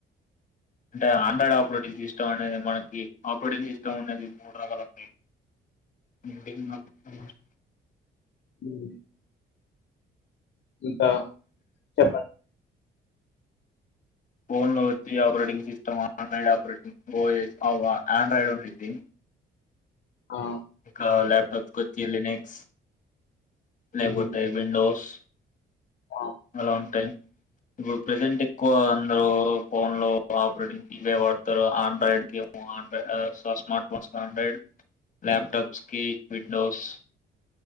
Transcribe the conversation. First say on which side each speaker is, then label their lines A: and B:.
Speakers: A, on the left; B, on the left.
A: అంటే ఆండ్ర్రాయిడ్ అప్ ప్రొటి దీస్తాండేదే మనకి ఆపరేటింగ్ సిస్టం ఉన్నది మూడు రకాలుంటాయ్ <unintelligible>
B: హ్మ్ ఇంతా చెప్పన్
A: ఫోన్లో వచ్చి ఆపరేటింగ్ సిస్టమ్ ఆండ్రాయిడ్ ఆపరేటింగ్ ఓఎ అ ఆండ్రాయిడ్ ఉండిద్ది
B: ఆ!
A: కా లాప్టాప్ కొ కిలినెక్స్ లేకపోతే
B: హ్మ్.
A: విండోస్
B: ఆ!
A: అలా ఉంటాయ్ ఇప్పుడు ప్రెజెంట్ ఎక్కువ అందరూ ఫోన్ లో ఆపరేటింగ్ కి ఇవే వాడతారు ఆండ్రాయిడ్ కి <inaudible> smart phones Android laptops కి విండోస్